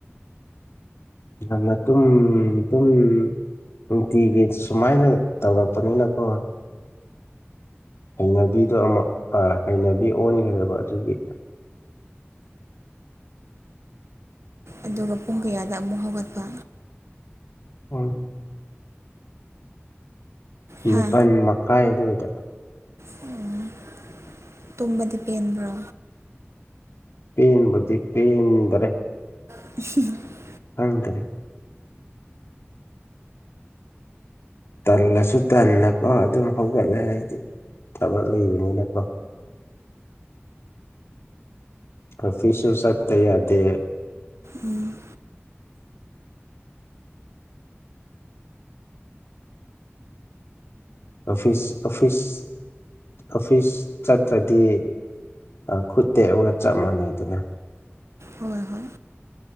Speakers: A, on the left (about 70°); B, on the right (about 85°).
A: ꯌꯥꯝꯅ ꯇꯨꯝ ꯇꯨꯝ ꯅꯨꯡꯇꯤꯒꯤ ꯁꯨꯃꯥꯏꯅ ꯇꯧꯔꯛꯄꯅꯤꯅꯀꯣ ꯍꯩꯅꯕꯤꯗꯣ ꯑꯃꯛ ꯑꯥ ꯍꯩꯅꯕꯤ ꯑꯣꯟꯈꯒ꯭ꯔꯦꯕ ꯑꯗꯨꯒꯤ
B: ꯑꯗꯨꯒ ꯄꯨꯡ ꯀꯌꯥꯗ ꯑꯃꯨꯛ ꯍꯧꯒꯠꯄ
A: <inaudible> ꯅꯤꯄꯜ
B: ꯍꯥ
A: ꯃꯈꯥꯏ ꯑꯗꯨꯗ
B: ꯎꯝ ꯇꯨꯝꯕꯗꯤ ꯄꯦꯟꯕ꯭ꯔꯣ
A: ꯄꯟꯕꯨꯗꯤ ꯄꯦꯟꯗ꯭ꯔꯦ
B: <unintelligible>
A: <unintelligible> ꯇꯜꯂꯁꯨ ꯇꯟꯅꯀꯣ ꯗꯨꯝ ꯍꯧꯒꯠꯂꯦ ꯍꯥꯏꯗꯤ ꯊꯕꯛ ꯂꯩꯕꯅꯤꯅꯀꯣ ꯑꯐꯤꯁꯁꯨ ꯆꯠꯇꯥ ꯌꯥꯗꯦ
B: ꯎꯝ
A: ꯑꯣꯐꯤꯁ ꯑꯣꯐꯤꯁ ꯑꯣꯐꯤꯁ ꯆꯠꯇ꯭ꯔꯗꯤ ꯑ ꯈꯨꯠ ꯇꯦꯛꯑꯒ ꯆꯞ ꯃꯥꯟꯅꯩꯗꯅ
B: ꯍꯣꯏ ꯍꯣꯏ